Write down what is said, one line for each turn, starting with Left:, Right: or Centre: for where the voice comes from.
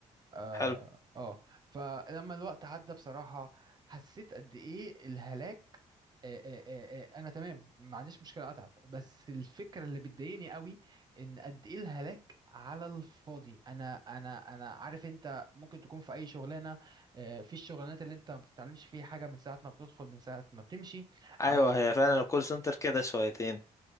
Right: اه
Left: حلو
Right: آه. فلما الوقت عدى بصراحة حسيت قد ايه الهلاك آه، آه، آه، آه، انا تمام ما عنديش مشكلة اتعب بس الفكرة اللي بتضايقني قوي ان قد ايه الهلاك على الفاضي انا انا انا عارف انت ممكن تكون في اي شغلانة آه، في الشغلانات اللي انت ما بتتعلمش فيها حاجة من ساعة ما بتدخل من ساعة ما بتمشي
Left: ايوه
Right: او
Left: هي فعلا
Right: مم،
Left: الكول سنتر كده شويتين